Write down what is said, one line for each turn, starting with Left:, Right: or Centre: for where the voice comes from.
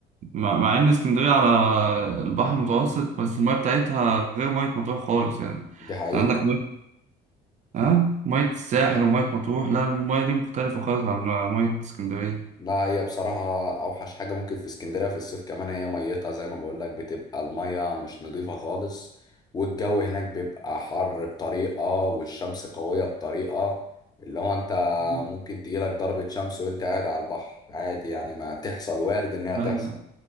Right: مع مع إن اسكندرية على البحر المتوسط بس المية بتاعتها غير مية مطروح خالص يعني
Left: دي حقيقة
Right: أنت عندك مية ها مية الساحل ومية مطروح لا المية دي مختلفة خالص عن مية اسكندرية
Left: لا هي بصراحة أوحش حاجة ممكن في اسكندرية في الصيف كمان هي ميتها زي ما بقولك بتبقى المية مش نظيفة خالص والجو هناك بيبقى حر بطريقة والشمس قوية بطريقة اللي هو أنت
Right: مم.
Left: ممكن تجيلك ضربة شمس وأنت قاعد على البحر عادي يعني ما تحصل وارد إنها تحصل
Right: أيوة